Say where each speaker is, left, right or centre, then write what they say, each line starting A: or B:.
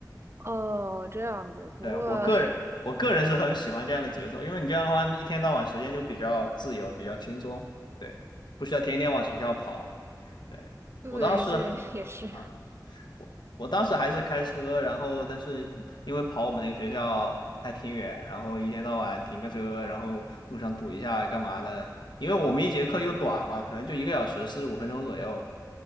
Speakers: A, on the right; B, on the left.
A: 哦，这样子。不过，
B: 对，我个人，
A: <laughs>
B: 我个人是很喜欢这样的节奏，因为你这样的话，一天到晚时间就比较自由，比较轻松，对，不需要天天往学校跑。对，
A: 对，
B: 我当时很啊。
A: 这也是
B: 我我当时还是开车，然后但是因为跑我们那个学校还挺远，然后一天到晚停个车，然后路上堵一下干嘛的？因为我们一节课又短嘛，可能就一个小时四十五分钟左右。